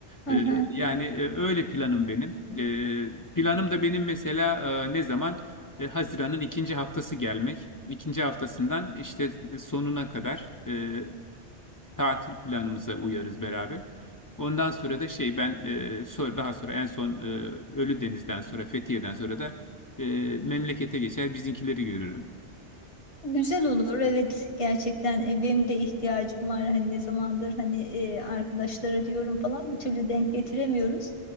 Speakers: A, on the left; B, on the left.
A: E,
B: Aha,
A: yani e, öyle planım benim. E, planım da benim mesela e, ne zaman? E, Haziran'ın ikinci haftası gelmek. İkinci haftasından işte sonuna kadar e, tatil planımıza uyarız beraber. Ondan sonra da şey ben e, sonra, daha sonra en son e, Ölüdeniz'den sonra Fethiye'den sonra da e, memlekete geçer bizimkileri görürüm.
B: güzel olur evet gerçekten e, benim de ihtiyacım var hani ne zamandır hani e, arkadaşlara diyorum falan bir türlü denk getiremiyoruz.